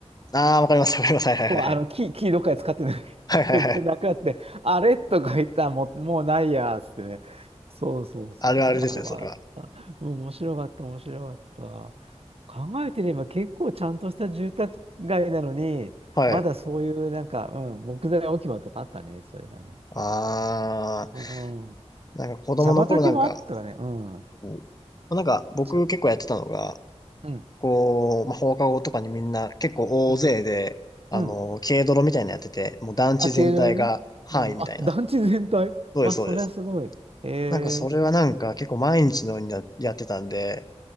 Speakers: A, on the left (about 35°); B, on the right (about 60°).
A: ああ、わかります、わかります。はいはいはいはい。
B: そう、あの、キー、キーどっかで使ってない。
A: はいはいはい。
B: <laughs> なくなって、あれとか言ったらもう、もうないや、つってね。そうそうそうそう、
A: あるあるですね、
B: あれはあった。
A: それは。
B: うん面白かった、面白かった。考えてみれば結構ちゃんとした住宅街なのに、
A: はい。
B: まだそういうなんか、うん、木材置き場とかあったね、そういえばね。
A: ああ、
B: うん。
A: なんか子供の頃なんか、
B: 茶畑もあったわね。うん。
A: こうなんか僕結構やってたのが、
B: 茶。うん。
A: こう、まあ、放課後とかにみんな結構大勢で、
B: うん。
A: あの、
B: うん。
A: 軽泥みたいなのやってて、もう団地全体が範囲みたいな。
B: あ、軽泥ね。うん。あ、団地全体。<laughs>
A: そうです、
B: わ、
A: そうです。
B: そりゃすごい。へ
A: なんかそれはなんか結構毎日のようにややってたんで、